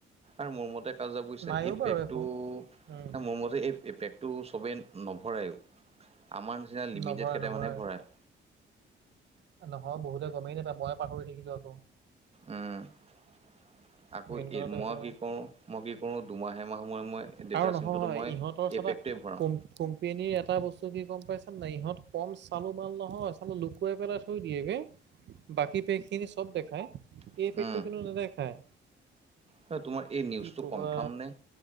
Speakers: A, on the right; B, on the right.
A: আৰু মোৰ মতে কাজা বুজিছা
B: নাইও
A: এই
B: বাৰু
A: পেকটো
B: একো। উম,
A: মোৰ মতে এই এই পেগটো চবেই নভৰাইয়ো আমাৰ নিচিনা লিমিটেড
B: নভৰাই
A: কেইটামানে
B: নভৰাই।
A: ভৰাই
B: নহয় বহুতে গমেই নাপায় ময়ে পাহৰি থাকিলো আকৌ
A: উম আকৌ
B: মেইন কথাটো
A: মই
B: সেইটো হয়।
A: কি কৰো মই কি কৰো দুমাহে মাহ সময় মই
B: আৰু
A: ডাৰ
B: নহয়
A: চিমতো মই এ
B: ইহঁতৰ চাবা
A: পেকটোৱে ভৰাও
B: কোম কোম্পেনীৰ এটা বস্তু কি গ'ম পাইছে নে ইহঁত কম চালু মাল নহয় লুকুৱাই পেলাই থৈ দিয়েগ বাকী পেক খিনি চব দেখাই
A: ভৰাওঁ
B: এই পেকটো কিন্তু দেখায়
A: হয় তোমাৰ এই নিউজটো
B: ক'বা
A: কনফাৰ্ম নে